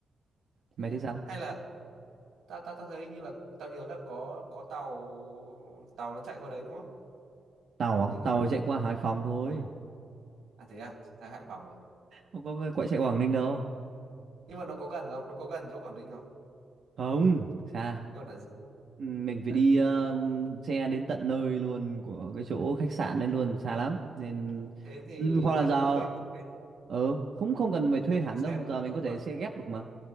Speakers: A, on the right; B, on the right.
A: mày
B: thế
A: thấy
B: á?
A: sao
B: hay là tao tao tao thấy như là tao nhớ là có có tàu tàu nó chạy qua đấy đúng không
A: tàu
B: Quảng
A: á
B: Ninh
A: tàu
B: ấy
A: chạy qua Hải Phòng thôi
B: à thế à ra Hải Phòng à
A: không có cái- quậy chạy qua Quảng Ninh đâu
B: nhưng mà nó có gần không nó có gần chỗ Quảng Ninh không
A: không xa
B: chỗ Đạn Dược không?
A: Ừ, mình phải
B: tại
A: đi um, xe đến tận nơi luôn của cái chỗ khách sạn đến luôn xa lắm nên
B: thế thì
A: ừ, hoặc là
B: chắc
A: giờ
B: thuê một cái
A: ờ không không cần phải thuê
B: thuê một
A: hẳn
B: cái xe
A: đâu giờ
B: bảy
A: mình
B: chỗ
A: có thể
B: rồi
A: xe ghép được mà